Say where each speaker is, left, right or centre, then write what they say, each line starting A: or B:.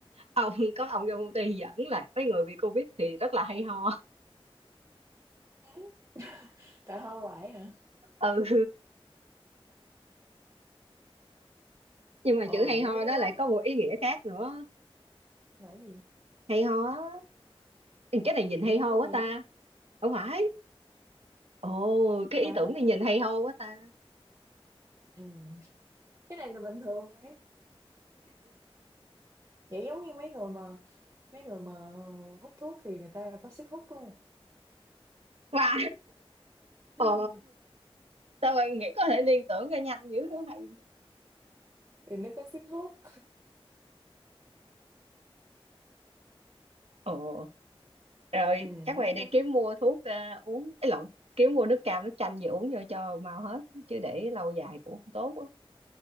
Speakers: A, on the right (about 80°); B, on the right (about 30°).
A: ông có ông trong công ty dẫn là mấy người bị covid thì rất là hay ho
B: <laughs> Tại hoa hoài hả?
A: <laughs> ừ nhưng mà
B: Ồ
A: chữ hay
B: vậy
A: ho
B: mấy đứa
A: đó lại có một ý nghĩa khác nữa
B: là cái gì?
A: hay ho á. Ừ, cái này nhìn hay
B: Thì ho
A: ho quá
B: nhiều.
A: ta không phải ồ cái ý
B: À,
A: tưởng này nhìn hay ho quá ta
B: ừ. Cái này là bình thường mà. Vậy giống như mấy người mà mấy người mà hút thuốc thì người ta là có sức hút đúng không?
A: và ồ
B: <laughs>
A: sao bạn nghĩ có thể liên tưởng ra nhanh dữ hay
B: Thì nó có sức hút.
A: Ồ, rồi
B: Ừ,
A: chắc vậy
B: nhắc
A: đi
B: cho,
A: kiếm mua thuốc à, uống, ấy lộn, kiếm mua nước cam, nước chanh về uống vô cho mau hết, chứ để lâu dài cũng không tốt á.